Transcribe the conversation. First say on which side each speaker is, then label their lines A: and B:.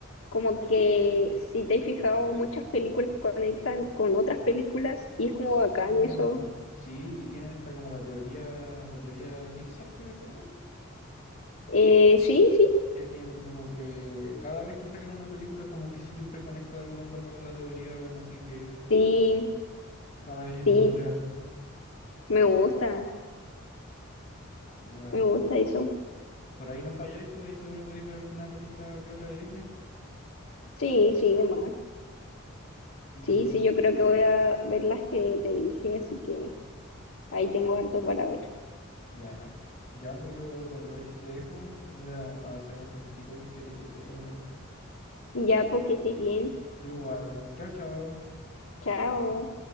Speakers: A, on the left; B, on the left.
A: como que, si te has fijado, muchas películas conectan con otras películas y es como
B: Sí,
A: bacán eso.
B: sí, tienen esta como la teoría, la teoría Pixar, creo que se llama
A: Eh, sí, sí,
B: que tienen como que cada vez que sacan una película como que siempre conecta de alguna forma con la teoría, bueno, así que
A: sí,
B: cada vez es más
A: sí,
B: real.
A: me gusta,
B: Sí, bueno,
A: me gusta eso.
B: por ahí no falláis, pues ahí seguro podéis ver alguna película que otra de Disney.
A: Sí, sí, demás.
B: Sí,
A: Sí, sí, yo creo que voy a ver las que te dije, así que ahí tengo harto para ver.
B: bueno, ya pues yo te aprovecho y te dejo, voy a ir a a hacer un cafecito porque tengo sueño, bueno.
A: Ya, porque estés bien.
B: Tú igual, chao, chao.
A: Chao.